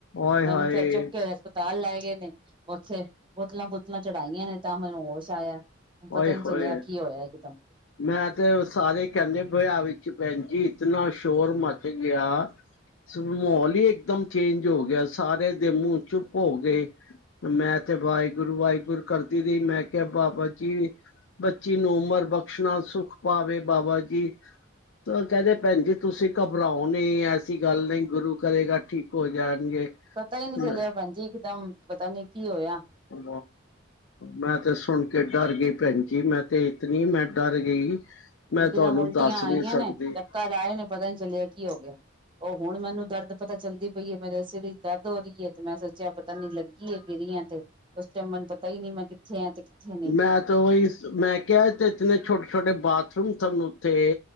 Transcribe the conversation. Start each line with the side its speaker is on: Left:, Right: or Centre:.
Left: ਆਏ
Right: ਮੈਨੂੰ
Left: ਹਾਏ
Right: ਫੇਰ ਚੁੱਕ ਕੇ ਹੋ ਹਸਪਤਾਲ ਲੈ ਗਏ ਨੇ, ਉੱਥੇ ਬੋਤਲਾਂ- ਬੋਤਲਾਂ ਚੜਾਈਆਂ ਨੇ, ਤਾਂ ਮੈਨੂੰ ਹੋਸ਼ ਆਇਆ ਪਤਾ
Left: ੳਏ
Right: ਹੀ ਨਹੀਂ ਚੱਲਿਆ
Left: ਹੋਏ!
Right: ਕੀ ਹੋਇਆ ਇਕਦਮ
Left: ਮੈਂ ਤੇ ਸਾਰੇ ਕਹਿੰਦੇ ਵਿਆ ਵਿੱਚ ਭੈਣ ਜੀ, ਇਤਨਾ ਸ਼ੋਰ ਮੱਚ ਗਿਆ ਮਾਹੋਲ ਹੀ ਇੱਕਦਮ ਚੇਂਜ ਹੋ ਗਿਆ, ਸਾਰੇ ਦੇ ਮੂੰਹ ਚੁੱਪ ਹੋ ਗਏ। ਮੈਂ ਤੇ ਵਾਹਿਗੁਰੂ ਵਾਹਿਗੁਰੂ ਕਰਦੀ ਰਹੀ, ਮੈਂ ਕਿਹਾ ਬਾਬਾ ਬੱਚੀ ਨੂੰ ਉਮਰ ਬਖਸ਼ਣਾ, ਸੁੱਖ ਪਾਵੇ ਬਾਬਾ ਜੀ। ਉਹ ਕਹਿੰਦੇ ਭੈਣ ਜੀ ਤੁਸੀਂ ਘਬਰਾਓ ਨੀ ਐਸੀ ਗੱਲ ਨਹੀਂ ਗੁਰੂ ਕਰੇਗਾ ਠੀਕ ਹੋ ਜਾਣਗੇ।
Right: ਪਤਾ ਈ ਨੀ ਚਲਿਆ
Left: ਮੈਂ
Right: ਭੈਣ ਜੀ, ਇਕਦਮ ਪਤਾ ਨੀ ਕੀ ਹੋਇਆ।
Left: ਹਾਂ ਮੈਂ ਤੇ ਸੁਣ ਕੇ ਡਰ ਗਈ ਭੈਣ ਜੀ, ਮੈਂ ਤੇ ਇਤਨੀ ਮੈਂ ਡਰ ਗਈ ਮੈਂ
Right: ਇੱਕਦਮ
Left: ਤੁਹਾਨੂੰ
Right: ਉਲਟੀਆਂ
Left: ਦੱਸ ਨਹੀਂ
Right: ਆਈਆਂ
Left: ਸਕਦੀ
Right: ਨੇ, ਚੱਕਰ ਆਏ ਨੇ, ਪਤਾ ਨੀ ਚੱਲਿਆ ਕੀ ਹੋ ਗਿਆ। ਉਹ ਹੁਣ ਮੈਨੂੰ ਦਰਦ ਪਤਾ ਚੱਲਦੀ ਪਈ ਏ ਮੇਰੇ ਸਿਰ ਵਿੱਚ ਦਰਦ ਹੋ ਰਹੀ ਏ ਤੇ ਮੈਂ ਸੋਚਿਆ ਪਤਾ ਨੀ ਲੱਗ ਗੀ ਏ ਗਿਰੀ ਆ ਤੇ ਉਸ ਟਾਈਮ ਮੈਨੂੰ ਪਤਾ ਹੀ ਨੀ ਮੈਂ ਕਿੱਥੇ ਆ ਤੇ ਨਹੀਂ
Left: ਮੈਂ ਤਾਂ ਉਹੀ ਮੈਂ ਕਿਹਾ, ਇਤਨੇ ਛੋਟੇ-ਛੋਟੇ ਬਾਥਰੂਮ ਸਾਨੂੰ ਉੱਥੇ